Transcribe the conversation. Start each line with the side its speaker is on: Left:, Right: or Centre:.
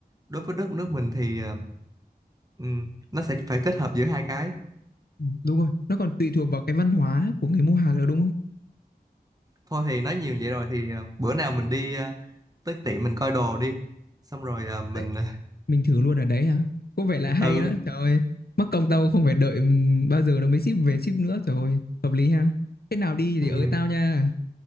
Right: đối với đất nước mình thì ờ, ừm, nó sẽ phải kết hợp giữa hai cái
Left: Ừ, Đúng rồi, nó còn tùy thuộc vào cái văn hóa của người mua hàng nữa đúng không?
Right: thôi thì nói nhiều vậy rồi thì ờ, bữa nào mình đi ờ, tới tiệm mình coi đồ đi xong rồi à, mình
Left: đấy
Right: <laughs>
Left: mình thử luôn ở đấy hả có vẻ là hay
Right: ừ,
Left: đó trời ơi mắc công tao không phải đợi ừm, bao giờ nó mới ship về ship nữa trời ơi hợp lý ha thế nào đi thì
Right: ừ
Left: ới tao nha